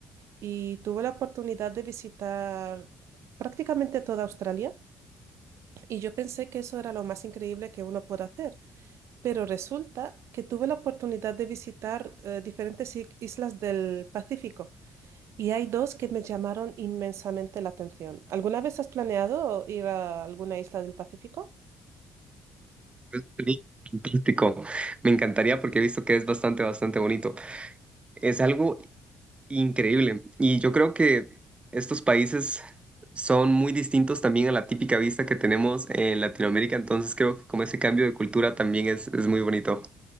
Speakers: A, on the right; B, on the right.
A: y tuve la oportunidad de visitar prácticamente toda Australia y yo pensé que eso era lo más increíble que uno puede hacer, pero resulta que tuve la oportunidad de visitar eh, diferentes i- islas del Pacífico y hay dos que me llamaron inmensamente la atención. ¿Alguna vez has planeado ir a alguna isla del Pacífico?
B: Es fantástico. Me encantaría porque he visto que es bastante, bastante bonito. Es algo Increíble. Y yo creo que estos países son muy distintos también a la típica vista que tenemos en Latinoamérica, entonces creo que como ese cambio de cultura también es, es muy bonito.